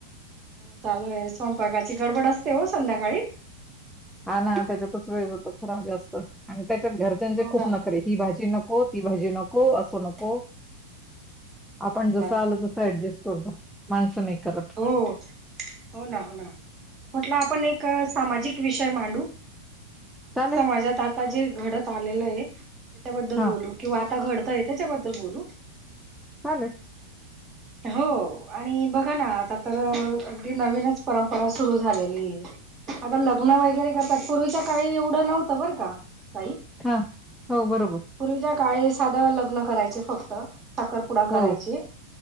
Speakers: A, on the right; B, in the centre.
A: हो चालू आहे. स्वयंपाकाची गडबड असते हो संध्याकाळी.
B: हा ना, त्याच्यातच वेळ जातो खरा जास्त आणि त्याच्यात घरच्यांची
A: हो
B: खूप
A: ना
B: नखरे ही भाजी नको, ती भाजी नको असो नको,
A: हो
B: आपण
A: ना हो
B: जस
A: ना
B: आल तस ऍडजस्ट करतो. माणस नाही करत
A: हो -हो ना, हो ना म्हटल आपण एक सामाजिक विषय मांडू.
B: चालेल
A: समाजात आता जे घडत आलेल आहे त्याच्याबद्दल
B: हा
A: बोलू. किं आता घडतय त्याच्याबद्दल बोलू.
B: चालेल.
A: हो आणि बघा ना आता तर अगदी नवीनच परंपरा सुरू झालेली आहे. आता लग्न वगैरे करतात पूर्वीच्या काही एवढ नव्हत बर का काही?
B: हा हो बरोबर.
A: पूर्वीच्या काळी साध लग्न करायचे फक्त साखरपुडा
B: हो
A: करायचचे.